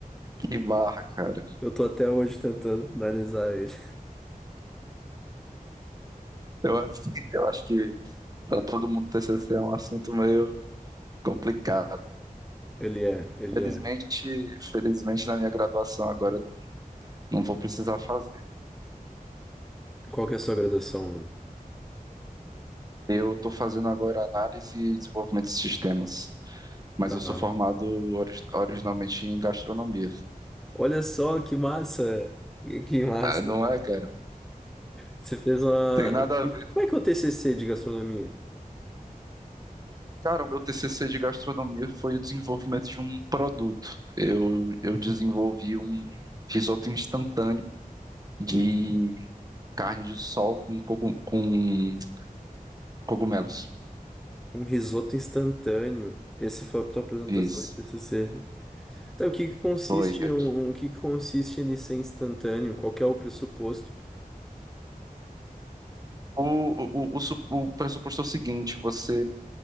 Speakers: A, on the right; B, in the centre.
A: que barra, cara.
B: Eu tô até hoje tentando finalizar ele.
A: Eu, <laughs> acho que- eu acho que para todo mundo TCC é um assunto meio complicado.
B: Ele é, ele
A: Felizmente,
B: é.
A: felizmente na minha graduação agora não vou precisar fazer.
B: Qual que é a sua graduação, mano?
A: Eu estou fazendo agora análise e desenvolvimento de sistemas. Mas
B: Tá.
A: eu sou formado ori- originalmente em gastronomia.
B: Olha só que massa! Que que massa!
A: Ah, não é, cara?
B: Você fez uma.
A: Tem nada a ver.
B: Como é que é o TCC de gastronomia?
A: Cara, o meu TCC de gastronomia foi o desenvolvimento de um produto. Eu, eu desenvolvi um risoto instantâneo de carne de sol com, cogu- com cogumelos.
B: Um risoto instantâneo. Esse foi a tua apresentação
A: Isso,
B: de TCC. Tá, o que que consiste
A: foi. Eu-
B: um, um- o que que consiste ele ser instantâneo? Qual que é o pressuposto?
A: o, o, o, o su- o pressuposto é o seguinte, você...